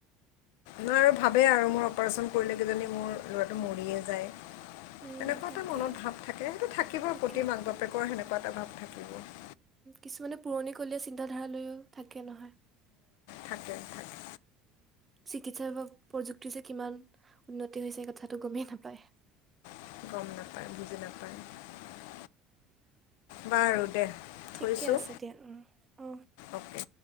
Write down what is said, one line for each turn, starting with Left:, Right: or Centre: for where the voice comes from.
Left: নহয় আৰু ভাবেই আৰু মোৰ অপাৰচন কৰিলে কিজানী মোৰ ল'ৰাটো মৰিয়ে যায়। এনেকুৱা
Right: উম তাকে
Left: এটা মনত ভাৱ থাকে, সেইটো থাকিব।
Right: তাকে
Left: প্ৰতি মাক বাপেকৰ সেনেকুৱা এটা ভাৱ থাকে।
Right: কিছুমানে পুৰণিকলীয়া চিন্তাধাৰালৈও থাকে নহয়।
Left: থাকে থাকে
Right: চিকিৎসাৰ বা প্ৰযুক্তি যে কিমান উন্নতি হৈছে সেই কথাটো গমেই নাপায়।
Left: <unintelligible> বাৰু দে
Right: ঠিকে
Left: থৈছোঁ
Right: আছে দিয়া উম অ।
Left: অ'কে